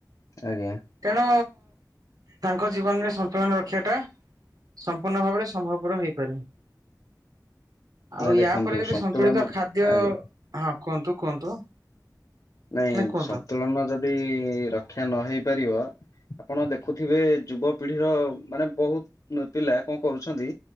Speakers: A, on the left; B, on the right.
A: ଆଜ୍ଞା।
B: ତେଣୁ ତାଙ୍କ ଜୀବନରେ ସନ୍ତୁଳନ ରଖିବା ଟା ସମ୍ପୂର୍ଣ୍ଣ ଭାବରେ ସମ୍ଭବପର ହେଇପାରେନି। ଆଉ
A: ନାଇଁ
B: ୟା
A: ଦେଖନ୍ତୁ
B: ପରେ ଯଦି
A: ସନ୍ତୁଳନ
B: ସନ୍ତୁଳିତ ଖାଦ୍ୟ
A: ଆଜ୍ଞା
B: ହଁ କୁହନ୍ତୁ କୁହନ୍ତୁ।
A: ନାଇଁ
B: ନା କୁହନ୍ତୁ।
A: ସନ୍ତୁଳନ ଯଦି ରକ୍ଷା ନହଇ ପାରିବ। ଆପଣ ଦେଖୁଥିବେ ଯୁବପିଢିର ମାନେ ବହୁତ ପିଲା କଣ କରୁଛନ୍ତି।